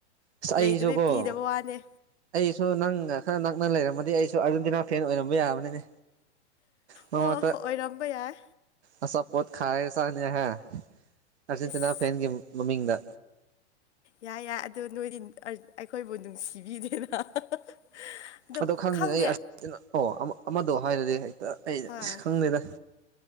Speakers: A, on the right; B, on the left.
A: ꯑꯁ ꯑꯩꯁꯨꯀꯣ
B: ꯂꯩꯗꯕꯩ ꯄꯤꯗꯕ ꯋꯥꯅꯦ꯫
A: ꯑꯩꯁꯨ ꯅꯪ ꯈꯔ ꯅꯛꯅ ꯂꯩꯔꯝꯃꯗꯤ ꯑꯩꯁꯨ ꯑꯥꯔꯖꯦꯟꯇꯤꯅꯥ ꯐꯦꯟ ꯑꯣꯏꯔꯝꯕ ꯌꯥꯕꯅꯤꯅꯦ꯫ ꯃꯔꯛ
B: ꯑꯣ
A: ꯃꯔꯛꯇ
B: ꯑꯣꯏꯔꯝꯕ ꯌꯥꯏ
A: ꯑꯆꯥꯞ ꯄꯣꯠ ꯈꯥꯏꯔꯒ ꯆꯥꯒꯅꯤ ꯍꯥ ꯑꯥꯔꯖꯦꯟꯇꯤꯅꯥ
B: ꯏꯁ
A: ꯐꯦꯟꯒꯤ ꯃꯃꯤꯡꯗ꯫
B: ꯌꯥꯏ ꯌꯥꯏ ꯑꯗꯨ ꯅꯣꯏꯗꯤ ꯑꯩꯈꯣꯏꯕꯨ ꯅꯨꯡꯁꯤꯕꯤꯗꯦꯅ꯫ <unintelligible>
A: ꯑꯗꯣ ꯈꯪꯗꯦꯅꯦ
B: ꯈꯪꯗꯦ
A: ꯑꯩ ꯑꯥꯔꯖꯦꯟꯇꯤꯅꯥ ꯑꯣ ꯑꯃꯗꯣ ꯍꯥꯏꯔꯗꯤ ꯍꯦꯛꯇ ꯑꯩ
B: ꯍꯣꯏ
A: ꯑꯁ ꯈꯪꯗꯦꯗ꯫